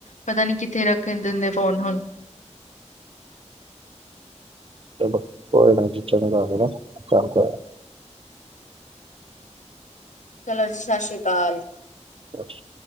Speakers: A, on the left (about 80°); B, on the right (about 50°).
A: ਪਤਾ ਨੀ ਕਿੱਥੇ ਰੱਖ। ਕਹਿੰ ਦਿੰਦੇ ਫੋਨ ਹੁਣ।
B: ਚਲੋ ਕੋਈ ਨਾ ਜੀ ਚ ਨੂੰ ਕਰ ਚੱਲ ਕਰ।
A: ਚਲੋ ਜੀ ਸਤਿ ਸ਼੍ਰੀ ਅਕਾਲ।
B: ਅੱਛਾ।